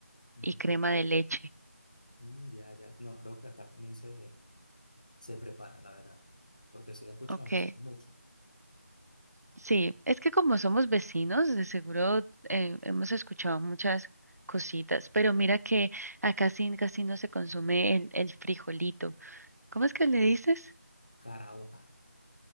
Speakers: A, on the left; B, on the right.
A: ujú.
B: y crema de leche.
A: Mm, ya, ya. No, creo que acá también se, se prepara, la verdad. Porque sí lo he escuchado,
B: Ok.
A: suena mucho.
B: Sí, es que como somos vecinos, de seguro eh, hemos escuchado muchas cositas, pero mira que acá sí casi no se consume el, el frijolito. ¿Cómo es que le dices?
A: Caraota.